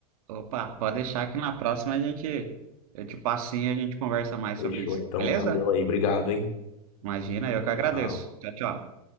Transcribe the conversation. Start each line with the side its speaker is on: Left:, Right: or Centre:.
Right: Opa, pode deixar que na próxima a gente. Eu te passo sim e a gente conversa mais
Left: Fechou,
Right: sobre isso.
Left: então.
Right: Beleza?
Left: Valeu aí. Obrigado, hein?
Right: Imagina, eu que
Left: Tchau,
Right: agradeço.
Left: tchau.
Right: Tchau, tchau.